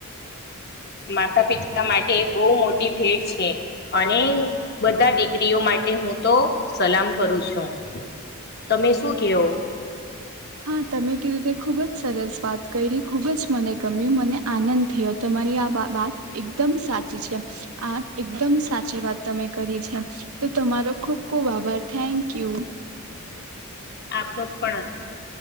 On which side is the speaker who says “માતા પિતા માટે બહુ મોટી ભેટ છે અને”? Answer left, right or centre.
Left